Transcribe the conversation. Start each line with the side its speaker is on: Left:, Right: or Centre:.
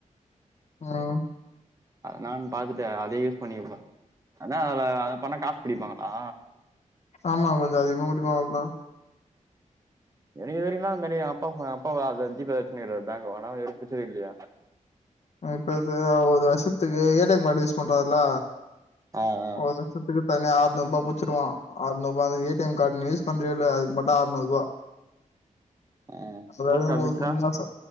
Left: உம்
Right: நான் பாத்துட்டே அதே யூஸ் பண்ணிக்கப்ப ஆனா அதுல பண்ணா காஸ் புடிப்பாங்ளா
Left: ஆமா கொஞ்சோ அதிகமா புடிப்பாங்க அவ்ளதா
Right: எனக்கு இதுவரிலா அது மாதிரி அப்பா அப்பா ஜிபே வெச்சின்னுருக்காரு பேங்க் ஆனா எது பிரச்சன இல்லயே
Left: இப்ப ஒரு வருஷத்துக்கு A T M card use பண்றாருல்ல
Right: ஆ ஆ
Left: ஒரு வருசத்துக்கு இருக்கவங்க ஆநூற்பா புச்சுடுவா அநூரூவா அது ஏ டிஎ ம் கார்டு நீ யூஸ் பண்றீயில்லயோ அது மட்டு ஆநூரூபா
Right: ஆ
Left: அதாவது
Right: போஸ்ட் ஆஃபீஸ்ல
Left: ஒரு சும்மா சொ